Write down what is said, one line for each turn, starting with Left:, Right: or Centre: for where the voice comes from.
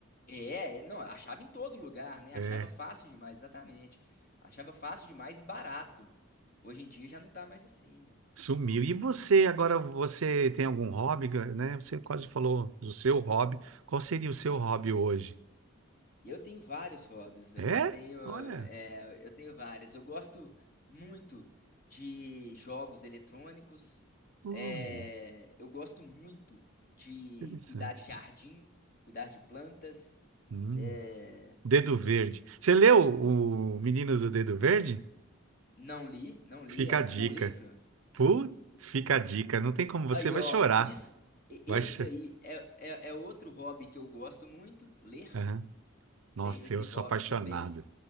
Left: É, não, achava em todo lugar, né? Achava
Right: É,
Left: fácil demais, exatamente. Achava fácil demais e barato. Hoje em dia já não tá mais assim, velho.
Right: sumiu. E você, agora você tem algum hobby, né? Você quase falou do seu hobby. Qual seria o seu hobby hoje?
Left: Eu tenho vários hobbies, velho.
Right: É?
Left: Eu tenho,
Right: Olha,
Left: é, eu tenho vários. Eu gosto muito de jogos eletrônicos.
Right: hum,
Left: É, eu gosto muito de
Right: interessante.
Left: cuidar de jardim, cuidar de plantas.
Right: Hum,
Left: É,
Right: Dedo Verde. Você leu o Menino do Dedo Verde?
Left: não li, não li.
Right: Fica
Left: É um
Right: a dica.
Left: bom livro?
Right: Putz, fica a dica. Não tem como você
Left: Aí,
Right: vai
Left: ó,
Right: chorar.
Left: isso, e-
Right: Vai
Left: esse
Right: cho-
Left: daí é, é, é outro hobby que eu gosto muito, ler.
Right: Aham. Nossa,
Left: Tenho esse
Right: eu sou
Left: hobby
Right: apaixonado
Left: também